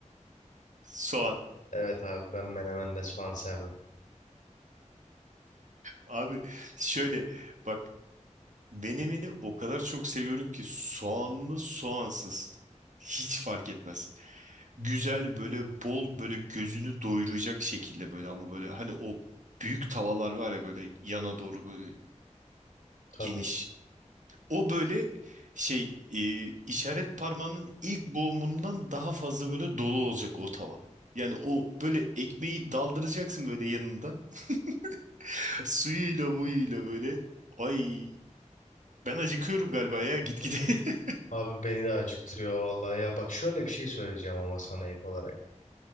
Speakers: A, on the right; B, on the left.
A: soğan
B: Evet abi ben menemenle soğan sevmem.
A: abi şöyle bak Menemeni o kadar çok seviyorum ki soğanlı soğansız hiç fark etmez. Güzel böyle bol böyle gözünü doyuracak şekilde böyle ama böyle hani o büyük tavalar var ya böyle yana doğru böyle
B: Tabii.
A: geniş. O böyle şey e, işaret parmağının ilk boğumundan daha fazla böyle dolu olacak o tava. Yani o böyle ekmeği daldıracaksın böyle yanından <laughs> suyuyla muyuyla böyle. Ay ben acıkıyorum galiba ya gitgide. <laughs>
B: Abi beni de acıktırıyor vallahi ya. Bak şöyle bir şey söyleyeceğim ama sana ek olarak.